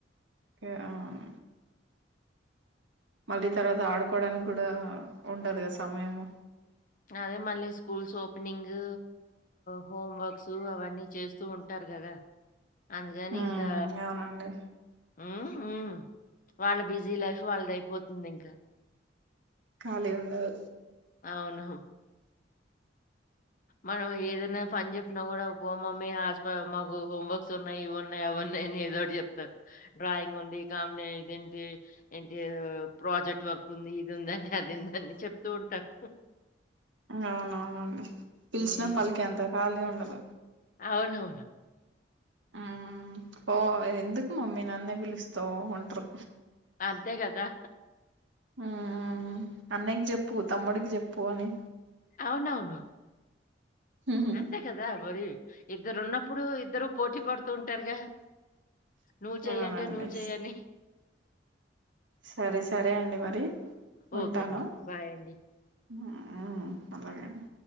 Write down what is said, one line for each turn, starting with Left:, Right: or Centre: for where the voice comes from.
Right: ఈ యమ్ మళ్ళీ తర్వాత ఆడుకోవడానికి కూడా ఉండదు కదా సమయము.
Left: అదే మళ్ళీ స్కూల్స్ ఓపెనింగు హోమ్ వర్క్సు అవన్నీ చేస్తూ ఉంటారు. కదా అందుకని
Right: మ్మ్
Left: ఇంకా
Right: అవునండి
Left: ఉ ఉ వాళ్ళ బిజీ లైఫు వాళ్ళది అయిపోతుంది ఇంకా
Right: కాలి ఉండదు
Left: అవును మనం ఏదున్న పని చెప్పినా కూడా ఓ మమ్మి హాస్ పర్ మాకు హోంవర్క్స్ ఉన్నాయి ఇవిన్నాయి అవున్నాయి. అయన్ని ఏదోటి చెప్తరు డ్రాయింగ్ ఉండి, కామ్డి ఇదేంటి ఏంటి ప్రాజెక్ట్ వర్క్ ఉంది ఇది ఉందని అదిందని చెప్తూ ఉంటారు.
Right: అవునవునండి పిలిచినా
Left: హ్మ్.
Right: పలికెంత ఖాళీ ఉండదు.
Left: అవునవును
Right: మ్మ్ పో మమ్మి ఎందుకు మమ్మీ నన్నే పిలుస్తావ్ అంట్ర్రు
Left: అంతే కదా
Right: హ్మ్ హు హు అన్నయకి చెప్పు తమ్ముడికి చెప్పు అని
Left: అవున నవును
Right: మ్మ్
Left: అంతే కదా మరి ఇద్దరు ఉన్నప్పుడు ఇద్దరు పోటీ పడుతుంటారుగ నువ్ చెయ్యంటే
Right: అవునండి
Left: నువ్వు చెయని
Right: సరే సరే అండి మరి
Left: ఓకే
Right: ఉంటాను
Left: అండి బాయ్ యండి
Right: <unintelligible> అలాగే అండి